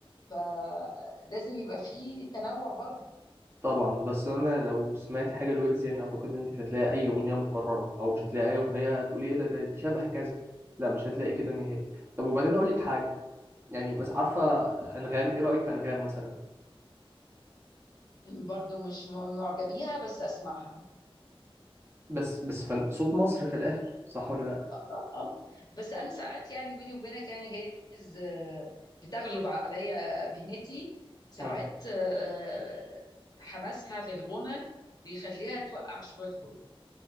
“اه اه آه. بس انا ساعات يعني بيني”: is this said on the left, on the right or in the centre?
Left